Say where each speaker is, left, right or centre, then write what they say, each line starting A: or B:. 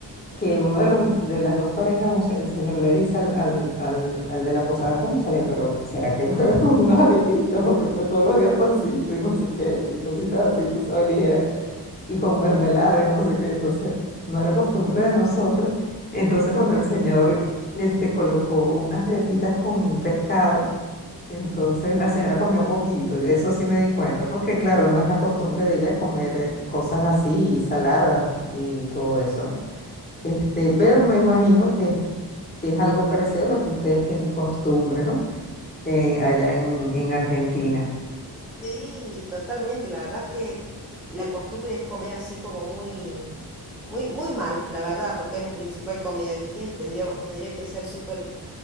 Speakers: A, on the left (about 25°); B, in the centre.
A: que uno de los de las dos parejas, un se- el señor le dice al, al, al, al de la posada, cónchale, pero ¿será que puedes <laughs> una arepita? Porque pues, todos los días pancito y no sé qué, y cositas así, tú sabes, ligera,
B: <laughs>
A: y con mermelada y no sé qué. Entonces, no era costumbre de nosotros. Entonces, cuando el señor este, colocó unas arepitas con pescado, entonces la señora comió poquito, yo- eso sí me di cuenta, porque claro, no es la costumbre de ella comer eh, cosas así, saladas y todo eso, ¿no? Este, pero me imagino que, que es algo parecido a lo que ustedes tienen costumbre, ¿no? En- allá en, en Argentina.
B: Sí, totalmente. La verdad es que la costumbre es comer así como muy, muy, muy mal, la verdad, porque es la principal comida del día y tendría, tendría que ser súper